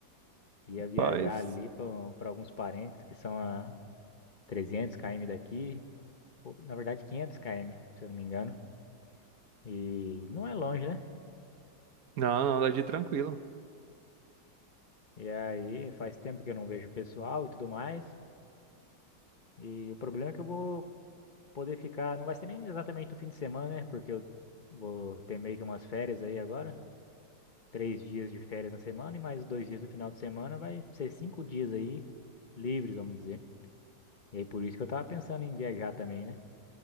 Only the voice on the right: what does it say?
Paz.
Não, não, dá de tranquilo.